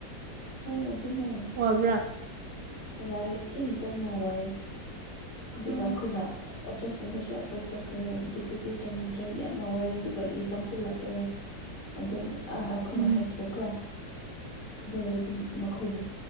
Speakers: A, on the left; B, on the right.
A: ꯍꯣꯏ ꯑꯗꯨ ꯅꯦ ꯫
B: ꯋꯕ꯭ꯔꯥ?
A: ꯋꯥꯏ ꯑꯦ ꯌꯥꯝꯅ ꯋꯥꯏꯑꯦ ꯑꯗꯨꯒ
B: ꯎꯝ
A: ꯑꯩꯈꯣꯏꯅ ꯑꯣꯖꯥꯁꯤꯡꯗꯁꯨ ꯑꯦꯄꯔ꯭ꯣꯁ ꯊꯣꯛꯈ꯭ꯔꯦ ꯗꯤꯎꯇꯤꯗꯤ ꯆꯅꯤꯡꯗ꯭ꯔꯦ꯫ ꯌꯥꯝꯅ ꯋꯥꯏꯔꯦ ꯑꯗꯨꯒ ꯑꯦꯛꯖꯥꯝꯁꯨꯂꯥꯛꯑꯦ ꯑꯗꯨ ꯑꯩꯈꯣꯏꯅ
B: ꯎꯝ
A: ꯍꯥꯏꯈ꯭ꯔꯦꯀꯣ꯫ ꯑꯗꯨ ꯑꯣꯏꯔꯗꯤ ꯃꯈꯣꯏꯅ